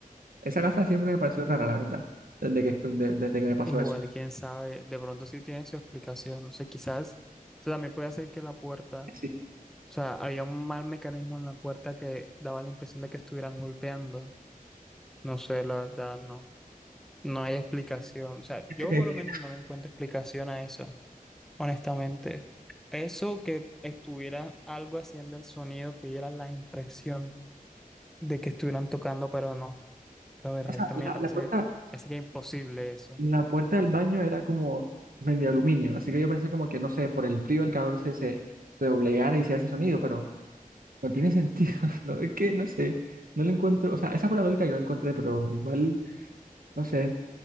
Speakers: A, on the right; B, in the centre.
A: esa casa siempre me pareció rara, la verdad, desde que, de- desde que me pasó
B: Igual,
A: eso.
B: quién sabe. De pronto sí tiene su explicación. No sé, quizás. Eso también puede hacer que la puerta,
A: Sí.
B: o sea, había un mal mecanismo en la puerta que daba la impresión de que estuvieran golpeando. No sé, la verdad, no. No hay explicación. O sea,
A: <laughs>
B: yo por lo menos no le encuentro explicación a eso, honestamente. Eso que estuviera algo haciendo el sonido, que diera la impresión. de que estuvieran tocando, pero no. Lo del
A: O
B: resto
A: sea, la,
B: me parece
A: la puerta,
B: así que imposible eso.
A: La puerta del baño era como medio aluminio, así que yo pensé como que, no sé, por el frío, el calor se, se, se doblegara y se hace sonido, pero no tiene sentido, <laughs> ¿no? Es que, no sé, no lo encuentro, o sea, esa fue la lógica que yo encontré, pero igual, no sé,